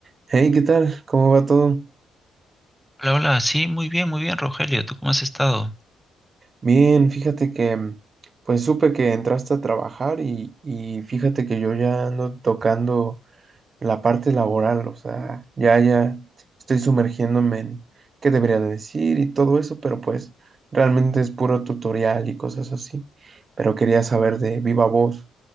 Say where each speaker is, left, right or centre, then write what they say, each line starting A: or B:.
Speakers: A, on the right; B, in the centre.
A: Hey, ¿qué tal? ¿Cómo va todo?
B: Hola, hola, sí, muy bien, muy bien, Rogelio, ¿tú cómo has estado?
A: Bien, fíjate que mm, pues supe que entraste a trabajar y, y fíjate que yo ya ando tocando la parte laboral, o sea, ya ya estoy sumergiéndome en qué debería de decir y todo eso, pero pues realmente es puro tutorial y cosas así. Pero quería saber de viva voz